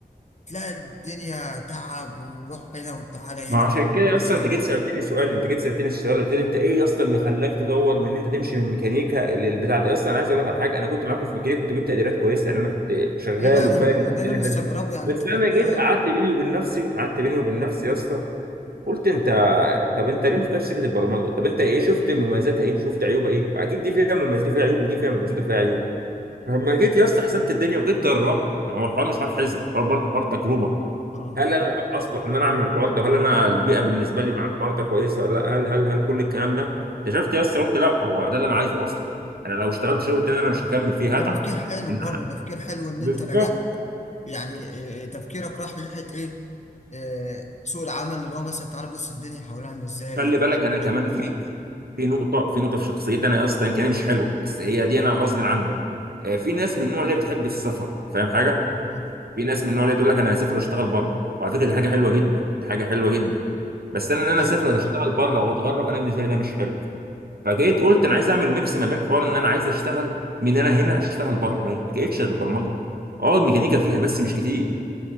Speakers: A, on the left (about 45°); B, on the right (about 65°).
A: تلاقي الدنيا تعب وروح هنا وتعالى
B: ما
A: هنا
B: عشان كده
A: ومساوي
B: اصلا انت جيت سالتني سؤال انت جيت سالتني السؤال قلت لي انت ايه اصلا اللي خلاك تدور من ان انت تمشي من ميكانيكا للبتاع ده اصلا انا عايز اقول لك على حاجه انا كنت معاكم في ميكانيكا كنت جبت تقديرات كويسه يعني انا كنت شغال
A: ايوه ايوه
B: وفاهم
A: ما انا ما ده انا
B: الدنيا
A: مستغربه
B: حلو
A: يعني
B: بس
A: انت كنت
B: انا جيت
A: اه
B: قعدت بيني وبين نفسي قعدت بيني وبين نفسي يا اسطى قلت انت طب انت ليه ما فكرتش سكه البرمجه طب انت ايه شفت مميزاتها ايه شفت عيوبها ايه اكيد دي فيها مميزات وفيها عيوب ودي فيها مميزات وفيها عيوب فلما جيت يا اسطى حسبت الدنيا وجيت جربت يعني هو الحوار مش حوار حسبه الحوار برضه حوار تجربه
A: اه
B: هل انا اصلح ان انا اعمل الحوار ده هل انا البيئه بالنسبه لي مع الحوار ده كويسه ولا لا هل هل هل كل الكلام ده اكتشفت يا اسطى قلت لا هو ده اللي انا عايزه اصلا انا لو اشتغلت شغل تاني انا مش هكمل فيه
A: ده
B: هتعب
A: تفكير حلو
B: إن-
A: برضه تفكير حلو ان
B: بالظبط
A: انت رجعت يعني آه، آه، تفكيرك راح من ناحيه ايه آه، سوق العمل اللي هو مثلا تعالى بص الدنيا حوالينا عامله ازاي
B: خلي
A: البيئه
B: بالك انا
A: مش
B: كمان
A: البيئه
B: في في نقطه في نقطه في شخصيتي انا يا اسطى يمكن هي مش حلوه بس هي دي انا غصب عني آه، في ناس من النوع اللي بتحب السفر فاهم حاجه
A: مم.
B: في ناس من النوع اللي تقول لك انا هسافر واشتغل بره وعلى فكره دي حاجه حلوه جدا دي حاجه حلوه جدا بس انا
A: والله
B: ان انا اسافر
A: يا
B: واشتغل بره واتغرب انا بالنسبه لي ده مش حلو فجيت قلت انا عايز اعمل ميكس ما بين حوار ان انا عايز اشتغل من انا هنا اشتغل بره ما لقيتش غير البرمجه اه الميكانيكا فيها بس مش كتير